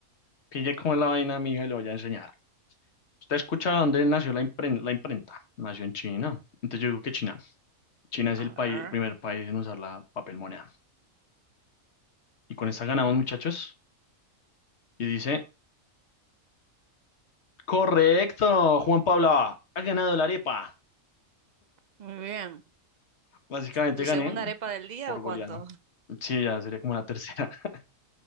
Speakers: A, on the left (about 55°); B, on the right (about 70°).
A: pille cómo es la vaina, mija, y lo voy a enseñar. Usted escucha dónde nació la impren- la imprenta. Nació en China. Entonces yo digo que China. China es
B: A
A: el país,
B: ver.
A: el primer país en usar la papel moneda. Y con esta ganamos, muchachos. Y dice, correcto, Juan Pablo, ha ganado la arepa.
B: Muy bien.
A: Básicamente
B: ¿Tu
A: gané
B: segunda arepa del día
A: por
B: o
A: goleado.
B: cuánto?
A: Sí, ya sería como la tercera. <laughs>